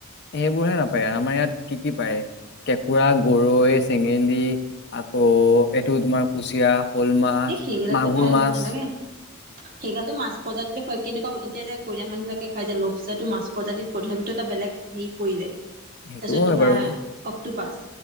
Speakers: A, on the left; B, on the right.
A: এইবোৰহে ভাল পায়, আমাৰ ইয়াত কি কি পায়? কেকোঁৰা, গৰৈ, চেঙেলী, আকৌ এইটো তোমাৰ কুচিয়া। শ'ল মাছ
B: এই, সেইগিলাটো
A: মাগুৰ
B: খাই
A: মাছ
B: ভাল নালাগে। সেইগালটো মাছ প্ৰজাতি পৰে, কেনেকুৱা এতিয়া যে কৰিয়ান মানুহবিলাকে খাই <inaudible> মাছ প্ৰজাতি তথাপিটো এটা বেলেগ। <inaudible>
A: সেইটোও
B: তাছত
A: হয়
B: তোমাৰ
A: বাৰু
B: অক্টোপাছ,